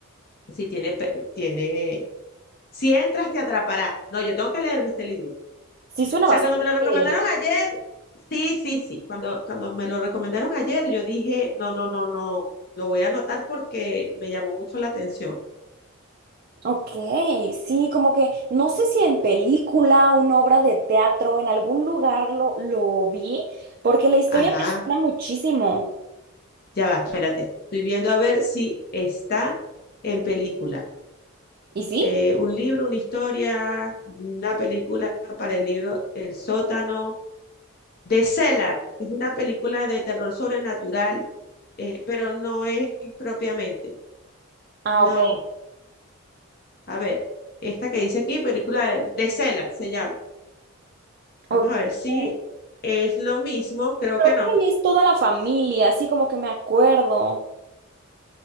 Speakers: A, on the left (about 45°); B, on the right (about 45°).
A: si tiene, pe- tiene. Si entras, te atrapará. No, yo tengo que leerme este libro. O
B: Sí, suena
A: sea,
B: bastante.
A: cuando me lo recomendaron ayer, sí, sí, sí. Cuando, cuando me lo recomendaron ayer, yo dije, no, no, no, no. Lo voy a anotar porque me llamó mucho la atención.
B: Ok, sí, como que no sé si en película, una obra de teatro, en algún lugar lo, lo vi, porque la historia
A: Ajá.
B: me suena muchísimo.
A: Ya va, espérate. Estoy viendo a ver si está en película.
B: ¿Y sí?
A: eh, un libro, una historia, una película para el libro El sótano de Cellar. Es una película de terror sobrenatural, eh, pero no es propiamente.
B: Ah,
A: No,
B: ok.
A: a ver, esta que dice aquí, película de, de Cellar se llama.
B: ok.
A: Vamos a ver si
B: Mm.
A: es lo mismo. Creo
B: Creo
A: que no.
B: que ahí es toda la familia, así como que me acuerdo.